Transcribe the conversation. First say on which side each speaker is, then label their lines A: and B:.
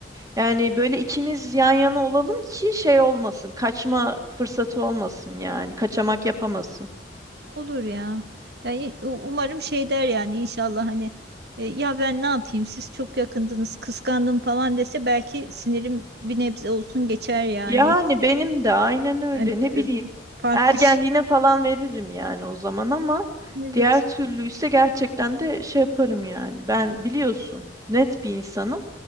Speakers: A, on the right (about 20°); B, on the right (about 60°).
A: Yani böyle ikimiz yan yana olalım ki şey olmasın. Kaçma fırsatı olmasın yani. Kaçamak yapamasın.
B: olur ya. Yani u- umarım şey der yani inşallah hani e, ya ben ne yapayım siz çok yakındınız kıskandım falan dese belki sinirim bir nebze olsun geçer yani.
A: Yani benim de aynen öyle.
B: Hani,
A: Ne
B: e,
A: bileyim.
B: farklı
A: Ergenliğine
B: ş-
A: falan veririm yani o zaman ama
B: evet.
A: diğer türlü ise gerçekten de şey yaparım yani. Ben biliyorsun net bir insanım.